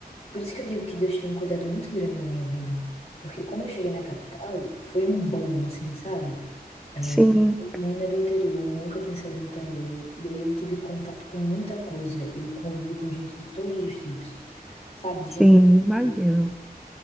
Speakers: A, on the left; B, in the centre.
A: por isso que eu digo que Deus tinha um cuidado muito grande na minha vida. Porque quando eu cheguei na capital, foi um boom, assim, sabe? É,
B: Sim,
A: menina do interior, nunca tinha saído do interior. E aí eu tive contato com muita coisa. Eu convivi com gente de todos os tipos, sabe? Gente
B: sim, imagino.
A: que,